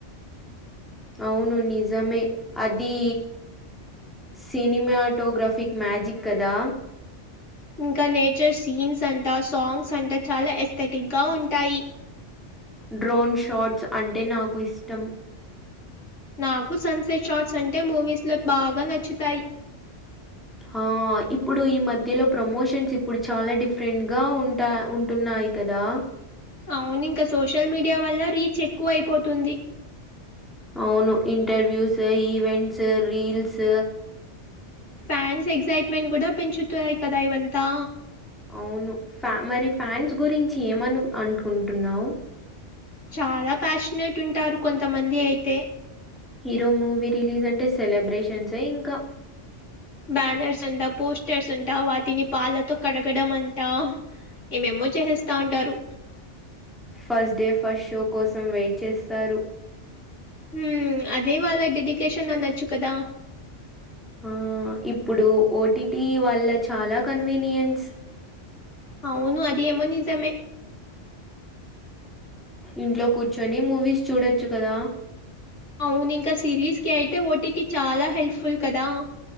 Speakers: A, in the centre; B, on the left (about 80°).
A: అవును నిజమే అది సినిమాటోగ్రఫిక్ మ్యాజిక్ కదా
B: ఇంకా నేచర్ సీన్స్ అంటా సాంగ్స్ అంటా చాలా ఎస్థెటిక్ గా ఉంటాయి
A: డ్రోన్ షాట్స్ అంటే నాకు ఇష్టం
B: నాకు సన్సెట్ షార్ట్స్ అంటే మూవీస్ లో బాగా నచ్చుతాయి
A: ఆ ఇప్పుడు ఈ మధ్యలో ప్రమోషన్స్ ఇప్పుడు చాలా డిఫరెంట్ గా ఉంటా ఉంటున్నాయి కదా
B: అవును ఇంకా సోషల్ మీడియా వల్ల రీచ్ ఎక్కువ అయిపోతుంది
A: అవును interviews events reels
B: fans excitement కూడా పెంచుతున్నాయి కదా ఇవంతా
A: అవును ఫ్యా మరి ఫ్యాన్స్ గురించి ఏమను అనుకుంటున్నావు
B: చాలా ప్యాషనేట్ ఉంటారు కొంతమంది అయితే
A: హీరో మూవీ రిలీజ్ అంటే సెలబ్రేషన్సే ఇంకా
B: బ్యానర్స్ అంటా పోస్టర్స్ అంటా వాటిని పాలతో కడగడం అంటా ఏమేమో చేసేస్తా ఉంటారు
A: ఫస్ట్ డే ఫస్ట్ షో కోసం వెయిట్ చేస్తారు
B: హుమ్ అదే వాళ్ళ డెడికేషన్ అనొచ్చు కదా
A: ఆ ఇప్పుడు ఓటీటి వాల్ల చాలా కన్వీనియన్స్
B: అవును అది ఏమో నిజమే
A: ఇంట్లో కూర్చోని మూవీస్ చూడొచ్చు కదా
B: అవును ఇంక సిరీస్ కి అయితే ఓటీటీ చాలా హెల్ప్ఫుల్ కదా